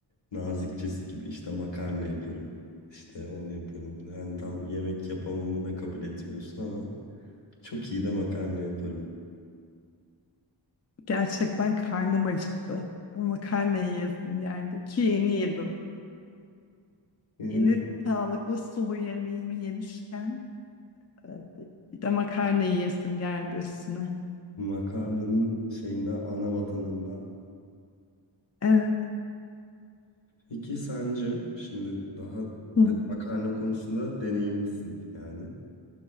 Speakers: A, on the left; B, on the left.
A: nazikçesi gibi işte makarna yaparım. İşte onu yaparım bunu. Yani tam yemek yapamamı da kabul etmiyorsun ama çok iyi de makarna yaparım.
B: Gerçekten karnım acıktı. Makarna yiyesim geldi ki yeni yedim.
A: Yani
B: Yeni sağlıklı sulu yemeğimi yemişken e, bir de makarna yiyesim geldi üstüne.
A: makarnanın şeyinden ana vatanından.
B: Evet.
A: Peki sence şimdi daha
B: Hı,
A: de- makarna konusunda deneyimlisin yani.